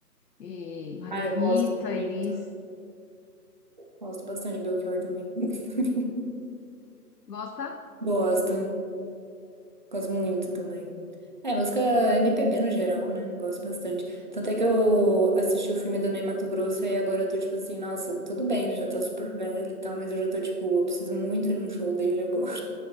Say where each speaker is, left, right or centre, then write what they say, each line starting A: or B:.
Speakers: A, on the left (about 75°); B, on the right (about 30°).
A: E Maria
B: Ah, eu
A: Rita,
B: gosto muito.
A: Elis.
B: Gosto bastante de Belchior também. <laughs>
A: Gosta?
B: Gosto, gosto muito também. É, música MPB no geral, né? Gosto bastante. Tanto é que eu assisti o filme do Ney Matogrosso e agora eu tô tipo assim, nossa, tudo bem, ele já tá super velho e tal, mas eu já tô tipo, eu preciso muito ir num show dele agora.